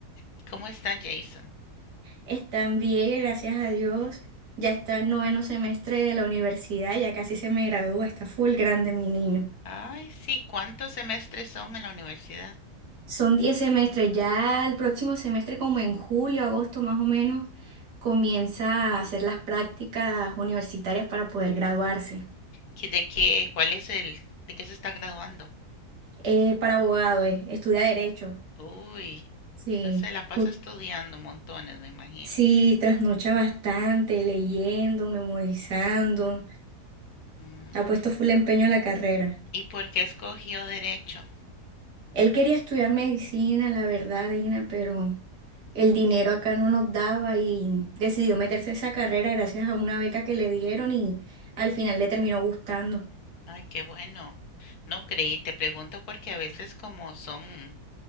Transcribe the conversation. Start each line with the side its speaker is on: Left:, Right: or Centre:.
Left: ¿y ¿cómo está Jason?
Right: Están bien, gracias a Dios. Ya está en noveno semestre de la universidad, ya casi se me gradúa, está full grande mi niño.
Left: Ay, sí, ¿cuántos semestres son en la universidad?
Right: Son 10 semestres, ya el próximo semestre, como en julio, agosto más o menos, comienza a hacer las prácticas universitarias para poder graduarse.
Left: ¿Qué- ¿De qué? ¿Cuál es el? ¿De qué se está graduando?
Right: Eh, para abogado, eh, estudia derecho.
Left: Uy,
Right: Sí.
Left: entonces se la pasa
Right: Ut-
Left: estudiando montones, me imagino.
Right: Sí, trasnocha bastante, leyendo, memorizando.
Left: Mm,
Right: Ha puesto full empeño a la carrera.
Left: ¿Y por qué escogió derecho?
Right: Él quería estudiar medicina, la verdad, Dina, pero el dinero acá no nos daba y decidió meterse a esa carrera gracias a una beca que le dieron y al final le terminó gustando.
Left: Ay, qué bueno. No creí, te pregunto porque a veces como son